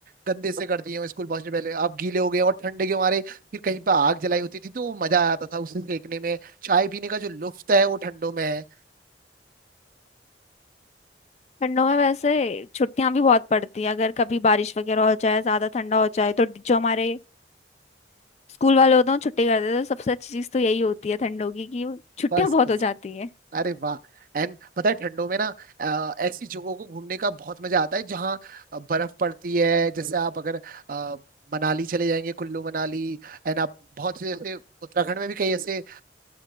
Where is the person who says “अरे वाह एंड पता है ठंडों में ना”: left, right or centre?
Right